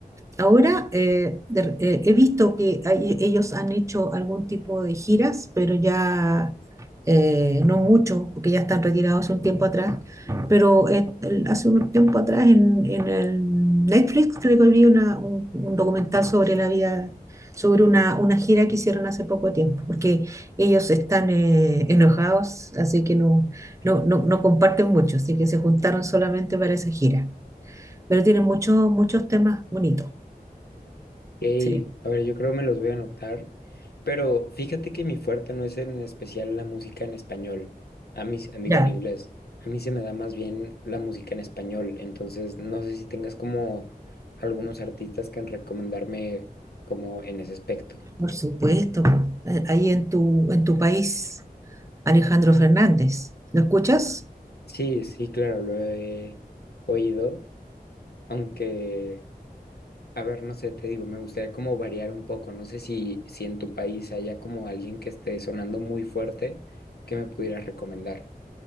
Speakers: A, on the right; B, on the left.
A: Ahora eh, de- eh, he visto que hay- e, ellos han hecho algún tipo de giras, pero ya eh, no mucho, porque ya están retirados hace un tiempo atrás. Pero eh, el- hace un tiempo atrás en, en el Netflix creo que vi una- un, un documental sobre la vida, sobre una, una gira que hicieron hace poco tiempo, porque ellos están eh, enojados, así que no, no, no, no comparten mucho, así que se juntaron solamente para esa gira. Pero tienen muchos, muchos temas bonitos.
B: Ey,
A: Sí.
B: a ver, yo creo me los voy a anotar, pero fíjate que mi fuerte no es en especial la música en español, a mí, se- digo
A: Ya,
B: en inglés, a mí se me da más bien la música en español, entonces no sé si tengas como algunos artistas que recomendarme como en ese aspecto.
A: por supuesto. eh, Ahí en tu, en tu país, Alejandro Fernández. ¿Lo escuchas?
B: Sí, sí, claro, lo he oído, aunque, a ver, no sé, te digo, me gustaría como variar un poco, no sé si, si en tu país haya como alguien que esté sonando muy fuerte que me pudieras recomendar.